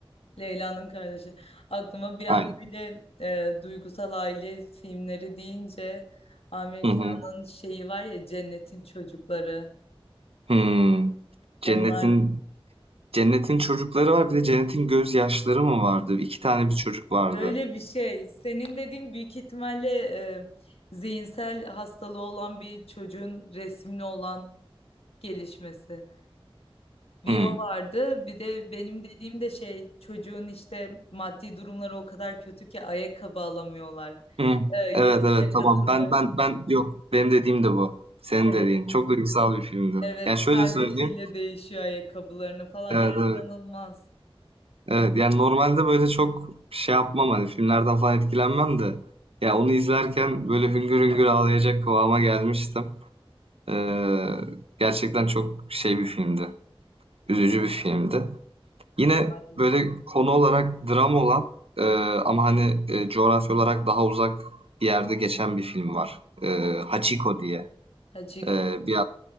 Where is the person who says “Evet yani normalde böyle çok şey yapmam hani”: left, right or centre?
Right